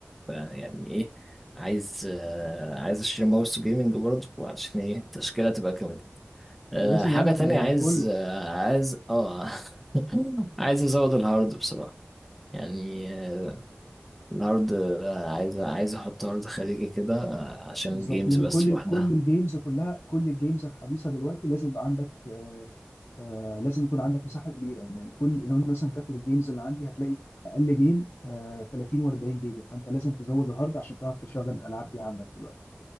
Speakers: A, in the centre; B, on the left.
A: ف يعني ايه عايز آه، عايز اشتري ماوس جيمنج برضو وعشان ايه التشكيله تبقى أه
B: لازم
A: حاجة
B: يبقى عندك
A: تانية
B: ال-
A: عايز
B: كله
A: أه عايز اه <laughs> عايز ازود الهارد بصراحة يعني آه، الهارد آه، عايز عايز احط هارد خارجي كده آه، عشان
B: بالظبط
A: الجيمز
B: لأن
A: بس
B: كل
A: لوحدها
B: ال- كل الجيمز كلها كل الجيمز الحديثة دلوقتي لازم يبقى عندك آه, آه لازم يكون عندك مساحه كبيره يعني كل لو انت مثلا تاخد الجيمز اللي عندي هتلاقي اقل جيم آه 30 و40 جيجا فانت لازم تزود الهارد عشان تعرف تشغل الالعاب دي عندك دلوقتي